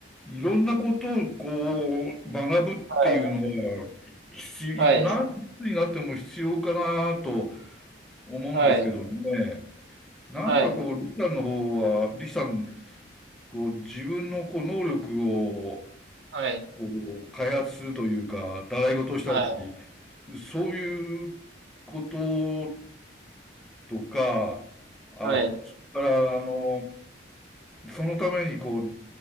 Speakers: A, in the centre; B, on the right.
A: いろんなことをこう、学ぶっていうのは、
B: はい、
A: 必要、
B: はい、
A: 何歳になっても必要かなと思うんですけどね。
B: はい、
A: なんかこう、
B: はい、
A: リキさんの方は、リキさん、こう、自分のこう、能力を、
B: はい、
A: こう、開発するというか、習い事をしたり、
B: は
A: そういうこととか、あ、
B: い、
A: それから、あの、そのためにこう、